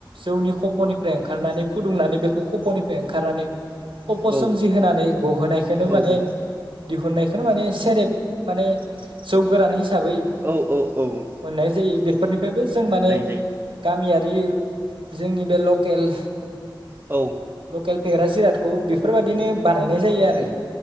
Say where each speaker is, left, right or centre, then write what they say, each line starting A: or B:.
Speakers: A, on the right; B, on the right.
A: जौनि खफ'निफ्राय ओंखारनानै फुदुंनानै बेखौ खफ'निफ्राय ओंखारनानै खप'
B: औ
A: सोमजि होनानै गहोनायखौनो
B: औ
A: माने
B: औ
A: दिहुननायखौनो माने सेरेब माने जौ गोरान हिसाबै
B: औ औ
A: मोननाय जायो बे बेबो जों माने
B: जायो जायो
A: गामिया रि जोंनि बे लकेल
B: औ
A: लकेल फेग्रा जिरादखौ बेफोरबादिनो बानायनाय जायो आरो